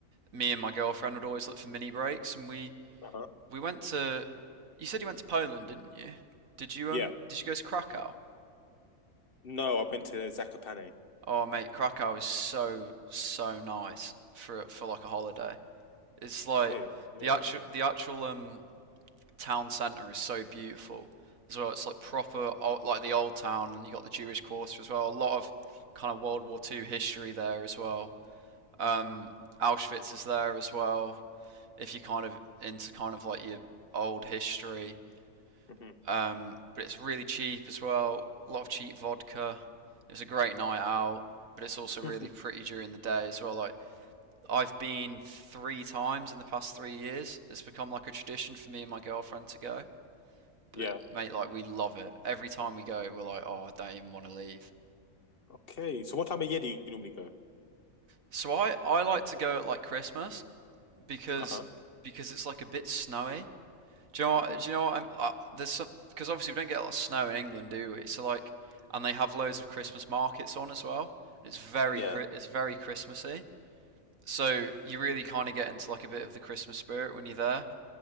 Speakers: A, on the right; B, on the left.
A: me and my girlfriend would always look for mini breaks, and we
B: Uh-huh.
A: we went to. You said you went to Poland, didn't you? Did you
B: Yeah.
A: um did you go to Krakow?
B: No, I went to Zakopane.
A: Oh mate, Krakow is so so nice for for like a holiday. It's like
B: Okay. Yeah.
A: the actual the actual um town centre is so beautiful as well. It's like proper, like the old town, and you got the Jewish Quarter as well. A lot of kind of World War Two history there as well. Um, Auschwitz is there as well. If you're kind of into kind of like your old history,
B: hmm
A: um, but it's really cheap as well. A lot of cheap vodka. It was a great night out, but it's also
B: <laughs>
A: really pretty during the day as well. Like I've been three times in the past three years. It's become like a tradition for me and my girlfriend to go but
B: Yeah.
A: mate, like we love it. Every time we go, we're like, oh, I don't even want to leave.
B: Okay. So what time of year do you normally go?
A: So I, I like to go at like Christmas because
B: Uh-huh.
A: because it's like a bit snowy. Do you know what?
B: hmm
A: Do you know what? I'm, uh, there's some because obviously we don't get a lot of snow in England, do we? So like, and they have loads of Christmas markets on as well. And it's very
B: Yeah.
A: it's very Christmassy. So you really kind of get into like a bit of the Christmas spirit when you're there.